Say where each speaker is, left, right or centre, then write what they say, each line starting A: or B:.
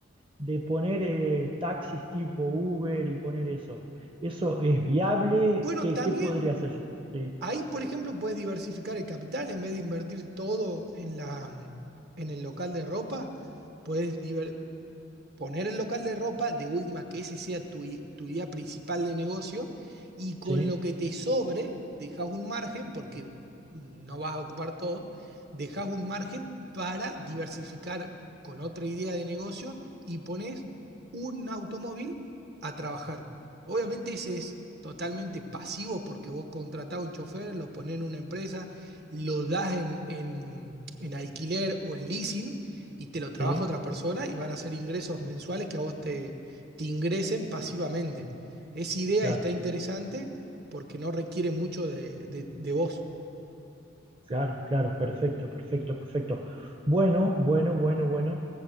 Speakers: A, on the right; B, on the right.
A: de poner eh, taxis tipo Uber y poner eso. ¿Eso es viable?
B: Bueno,
A: ¿Qué,
B: también
A: qué podría hacer yo? Sí,
B: ahí, por ejemplo, puedes diversificar el capital en vez de invertir todo en la, en el local de ropa, puedes diver- poner el local de ropa, de última que ese sea tu, i- tu idea principal de negocio, y con
A: sí,
B: lo que te sobre, dejas un margen, porque no vas a ocupar todo, dejas un margen para diversificar con otra idea de negocio y pones un automóvil a trabajar. Obviamente ese es totalmente pasivo porque vos contratás a un chofer, lo ponés en una empresa, lo das en, en en alquiler o en leasing y te lo trabaja
A: sí,
B: otra persona y van a ser ingresos mensuales que a vos te, te ingresen pasivamente. Esa idea
A: claro.
B: está interesante porque no requiere mucho de, de- de vos.
A: Claro, claro, perfecto, perfecto, perfecto. Bueno, bueno, bueno, bueno.